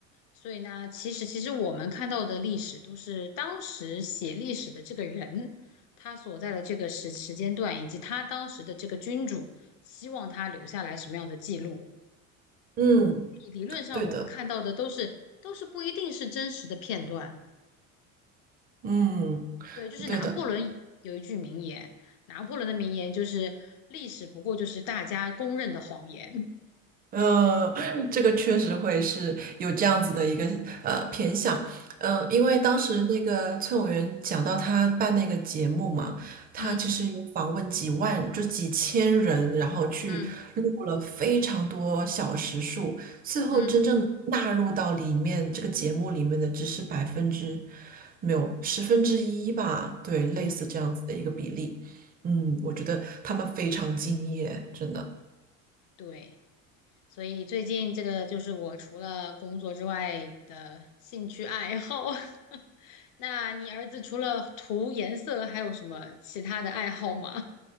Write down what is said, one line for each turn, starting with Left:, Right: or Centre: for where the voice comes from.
Left: 所以呢，其实其实我们看到的历史都是当时写历史的这个人，他所在的这个时时间段，以及他当时的这个君主希望他留下来什么样的记录。
Right: 嗯，
Left: 理论上，
Right: 对的，
Left: 我们看到的都是都是不一定是真实的片段。
Right: 嗯，
Left: 对，就是拿破仑有一句名言，
Right: 对的。
Left: 拿破仑的名言就是“历史不过就是大家公认的谎言”
Right: 嗯，这个确实会是有这样子的一个呃偏向，嗯、因为当时那个崔永元讲到他办那个节目嘛，
Left: 对。
Right: 他其实有访问几万，
Left: 嗯
Right: 就几千人，然后去录了非常多小时数，
Left: 嗯
Right: 最后真正地纳入到里面这个节目里面的只是百分之
Left: 嗯
Right: 没有十分之一吧，对，类似这样子的一个比例，
Left: 嗯，
Right: 嗯，我觉得他们非常敬业，真的。
Left: 对。所以最近这个就是我除了工作之外的兴趣爱好。<laughs> 那你儿子除了涂颜色，还有什么其他的爱好吗？